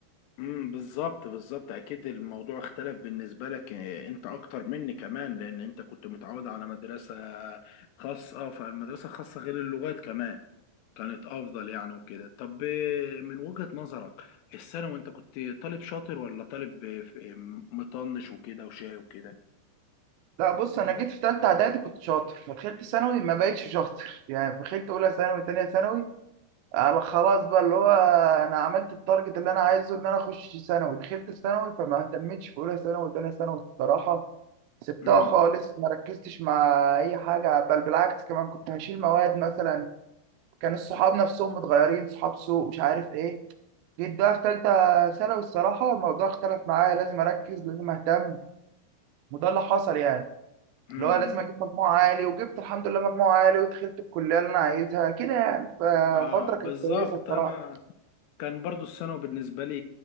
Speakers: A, on the left; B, on the right.
A: امم بالظبط بالظبط اكيد الموضوع اختلف بالنسبة لك آه، انت اكتر مني كمان لان انت كنت متعود على مدرسة خاصة فالمدرسة الخاصة غير اللغات كمان كانت افضل يعني وكده طب آه، من وجهة نظرك الثانوي انت كنت طالب شاطر ولا طالب آه، ف- آه، مطنش وكده وشاي وكده
B: لا بص انا جيت في ثالثه اعدادي كنت شاطر فدخلت ثانوي ما بقتش شاطر يعني دخلت اولى ثانوي ثانيه ثانوي على خلاص بقى اللي هو انا عملت التارجت اللي انا عايزه ان انا اخش ثانوي دخلت ثانوي فما اهتمتش في اولى ثانوي وثانيه ثانوي الصراحه سبتها
A: امم
B: خالص ما ركزتش مع اي حاجه بل بالعكس كمان كنت هشيل مواد مثلا كان الصحاب نفسهم متغيرين صحاب سوء مش عارف ايه جيت بقى في ثالثه ثانوي الصراحه الموضوع اختلف معايا لازم اركز لازم اهتم وده اللي حصل يعني
A: امم
B: اللي هو لازم
A: امم.
B: اجيب مجموع عالي وجبت الحمد لله مجموع عالي ودخلت الكليه اللي انا عايزها كده يعني ففتره
A: اه بالظبط
B: كانت كويسه الصراحه
A: انا كان برضو الثانوي بالنسبة لي